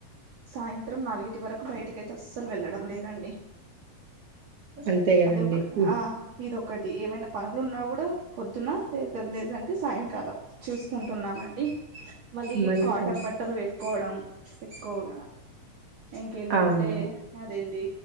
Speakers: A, on the right; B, on the right.
A: సాయంత్రం నాలుగిటి వరకు బయటికి ఐతే అస్సలు వెళ్ళడం లేదండి
B: అంతే కదండి
A: అద ఒక
B: ఈ
A: ఆ ఇదొ ఒకటి ఏమైనా పనులు ఉన్నా కూడా పొద్దున లే లేదంటే సాయంకాలం చూసుకుంటున్నామండి మళ్ళీ
B: మంచి
A: కాటన్
B: పని
A: బట్టలు వేస్త కోవడం ఎక్కువగా ఇంకేంటంటే
B: అవునండి
A: అదేంది